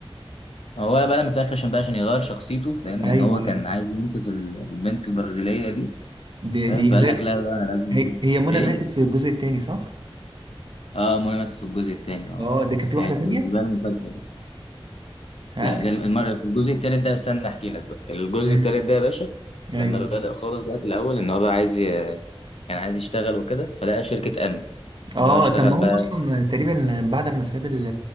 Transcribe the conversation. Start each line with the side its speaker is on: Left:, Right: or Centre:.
Left: هو بقى لما في الاخر عشان بقى عشان يغير شخصيته فاهم
Right: ايوه
Left: لان هو
Right: ايوه
Left: كان عايز ينقذ ال- البنت البرازيليه دي
Right: دي
Left: فاهم
Right: دي
Left: فقال
Right: غير
Left: لك لا بقى انا لازم
Right: هي, هي منى
Left: ايه
Right: ماتت في الجزء التاني صح؟
Left: اه منى ماتت في الجزء التاني اه
Right: اه ده كان في
Left: كانت
Right: واحدة تانية؟
Left: بالنسبه لي مفاجاه
Right: ها؟
Left: لا ده المر... في الجزء الثالث ده استنى احكي لك بقى الجزء
Right: مم.
Left: الثالث ده يا باشا لما
Right: ايوه
Left: بدأ خالص بقى في الاول ان هو بقى عايز ي... كان عايز يشتغل وكده فلقى شركة امن
Right: اه
Left: ان هو يشتغل
Right: طب ما هو
Left: بقى
Right: اصلا تقريبا بعد ما ساب ال-